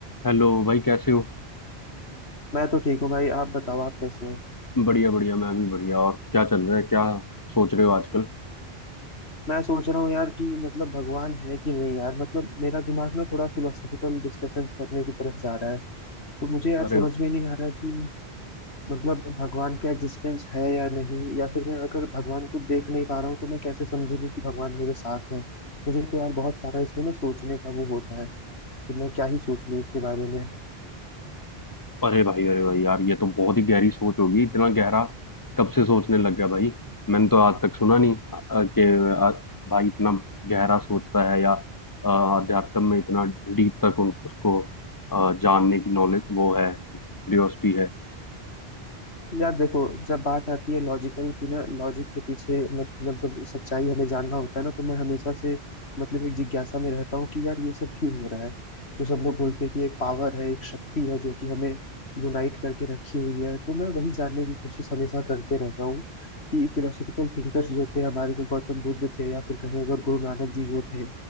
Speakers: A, on the left; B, on the left.
A: Hello भाई कैसे हो
B: मैं तो ठीक हूँ भाई आप बताओ आप कैसे हो
A: बढ़िया बढ़िया मैं भी बढ़िया और क्या चल रहा है क्या सोच रहे हो आजकल
B: मैं सोच रहा हूँ यार कि मतलब भगवान है कि नहीं यार मतलब मेरा दिमाग ना थोड़ा फिलोसॉफिकल डिस्कशंस करने की तरफ जा रहा है तो मुझे यार
A: अरे
B: समझ में नहीं आ रहा है कि मतलब भगवान का एग्जिस्टेंस है या नहीं या फिर मैं अगर भगवान को देख नहीं पा रहा हूँ तो मैं कैसे समझ लूँ कि भगवान मेरे साथ है मुझे तो यार बहुत सारा इसमें ना सोचने का वो होता है कि मैं क्या ही सोच लूँ इसके बारे में
A: अरे भाई अरे भाई यार ये तो बहुत ही गहरी सोच होगी इतना गहरा कब से सोचने लग गया भाई मैंने तो आज तक सुना नहीं अ, अ, कि अ, भाई इतना गहरा सोचता है या अ, अध्यात्म में इतना डीप तक उन उसको अ, जानने की नॉलेज वो है क्यूरियोसिटी है
B: यार देखो जब बात आती है लॉजिकल की ना लॉजिक के पीछे मतलब जब सच्चाई हमें जानना होता है ना तो मैं हमेशा से मतलब एक जिज्ञासा में रहता हूँ कि यार ये सब क्यों हो रहा है जो सब लोग बोलते हैं कि एक पावर है एक शक्ति है जो कि हमें यूनाइट करके रखी हुई है तो मैं वही जानने की कोशिश हमेशा करते रहता हूँ कि फिलोसफिकल थिंकर्स जो थे हमारे जो गौतम बुद्ध थे या फिर कहें अगर गुरु नानक जी जो थे